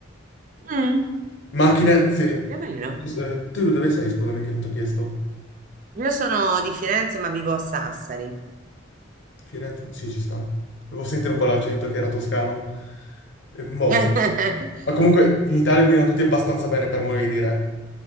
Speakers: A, on the right; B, on the left.
A: Mm,
B: Macchine, sì. Eh,
A: è vero.
B: tu dove sei, scusami, che non ti ho chiesto?
A: Io sono di Firenze, ma vivo a Sassari.
B: Firenze? Sì, ci sta. Devo sentire un po' l'accento che era toscano. Eh, boh.
A: <laughs>
B: Ma comunque in Italia guidano tutti abbastanza bene, per modo di dire.